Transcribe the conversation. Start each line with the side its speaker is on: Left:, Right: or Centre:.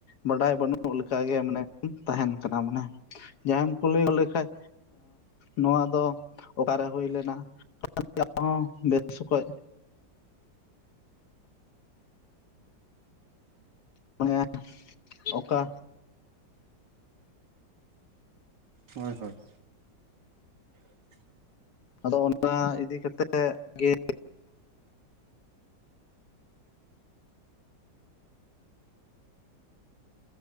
Left: ᱵᱟᱰᱟᱭ ᱵᱟᱹᱱᱩᱜ ᱞᱮᱠᱟᱜᱮ ᱢᱟᱱᱮ ᱛᱟᱦᱮᱱ ᱠᱟᱱᱟ ᱢᱟᱱᱮ ᱡᱟᱦᱟᱸᱭᱮᱢ ᱠᱩᱞᱤ ᱜᱚᱫ ᱞᱮᱠᱷᱟᱡ ᱱᱚᱣᱟ ᱫᱚ ᱚᱠᱟᱨᱮ ᱦᱩᱭ ᱞᱮᱱᱟ ᱚᱱᱟ ᱨᱮᱭᱟᱜ ᱦᱚᱸ ᱵᱮᱥ ᱚᱠᱚᱡ ᱢᱟᱱᱮ ᱚᱠᱟ
Right: ᱦᱳᱭ ᱦᱳᱭ <inaudible>
Left: ᱟᱫᱚ ᱚᱱᱟ ᱤᱫᱤ ᱠᱟᱛᱮᱫ ᱜᱮ